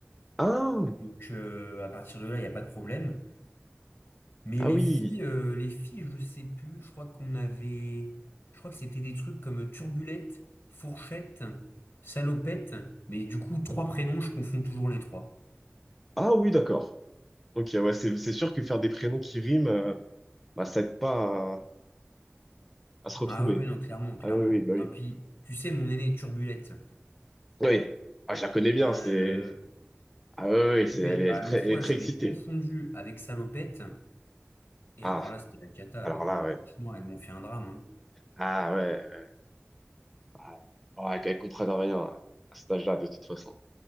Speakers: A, in the centre; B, on the left (about 60°).
A: Ah,
B: Donc, euh, à partir de là, il n'y a pas de problème. Mais
A: ah
B: les
A: oui.
B: filles, euh, les filles, je sais plus. Je crois qu'on avait, je crois que c'était des trucs comme Turbulette, Fourchette, Salopette. Mais du coup, trois prénoms, je confonds toujours les trois.
A: Ah oui, d'accord. Ok, ouais, c'est c'est sûr que faire des prénoms qui riment, euh, bah, ça aide pas à, à se retrouver.
B: Ah oui, oui, non, clairement, clairement.
A: Ah oui, oui, bah
B: Non,
A: oui.
B: puis tu sais, mon aîné Turbulette.
A: Oui. Ah, je la connais bien,
B: Ben, euh,
A: c'est. Ah oui, oui, oui, c'est,
B: oui,
A: elle est,
B: bah
A: elle est très,
B: l'autre
A: elle
B: fois,
A: est
B: je
A: très excitée.
B: l'ai confondu avec Salopette. Et
A: Ah,
B: alors là, c'était la cata.
A: alors
B: Non,
A: là,
B: non,
A: ouais.
B: franchement, elles m'ont fait un drame. Hein.
A: Ah ouais. Ouais, ouais. Ouais, qu'elle comprenne rien à cet âge-là, de toute façon.